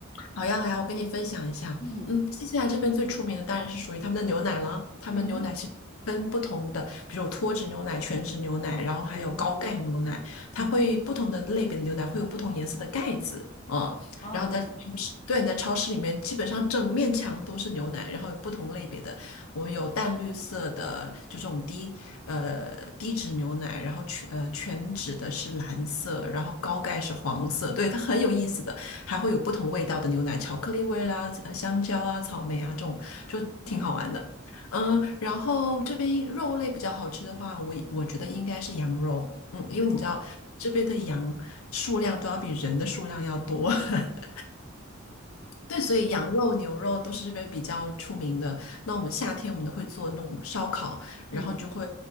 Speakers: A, on the left; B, on the left.
A: 好呀，好呀，我跟你分享一下。
B: 嗯
A: 嗯，新西兰这边最出名的当然是属于他们的牛奶了。他们牛奶是分不同的，
B: 嗯哼
A: 比如有脱脂牛奶、全脂牛奶，然后还有高钙牛奶，
B: 嗯哼
A: 它会不同的类别的牛奶会有不同颜色的盖子。
B: 嗯哼，
A: 嗯，
B: 哦
A: 然后在超市，对，你在超市里面基本上整面墙都是牛奶，然后有不同类别的，我们有淡绿色的就这种低呃低脂牛奶，然后全呃全脂的是蓝色，然后高钙是黄色，对，它很有意思的。还会有不同味道的牛奶，巧克力味啦、呃香蕉啊、草莓啊这种，就挺好玩的。
B: 嗯
A: 嗯，然后这边肉类比较好吃的话，我我觉得应该是羊肉，嗯，因为你知道这边的羊数量都要比人的数量要多。
B: 哦
A: <laughs> 对，所以羊肉、牛肉都是这边比较出名的。那我们夏天我们都会做那种烧烤，然后就会
B: 嗯